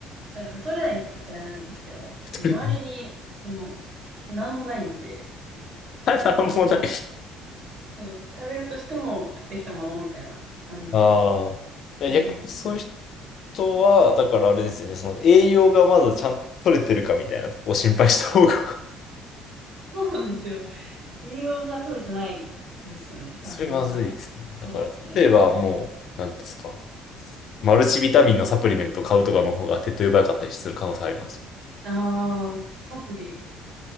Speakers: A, on the right (about 60°); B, on the left (about 55°).
A: え太れないって言っちゃあれなんですけど、
B: <laughs>
A: 周りに、その、なんもないんで、
B: なんもない。
A: その食べるとしても買ってきたものみたいな感じで。
B: ああ。
A: うん。
B: 逆にそういう人とは、だからあれですよね、その栄養がまずちゃんと取れてるかみたいなとこを心配した方が
A: そうなんですよ。栄養が取れてないんですよね。
B: <laughs>
A: 多分みんな
B: それまずいですね。
A: 揃って。
B: だから、例えばもう、なんですか、マルチビタミンのサプリメントを買うとかの方が手っ取り早かったりする可能性ありますよね。
A: ああ、サプリ、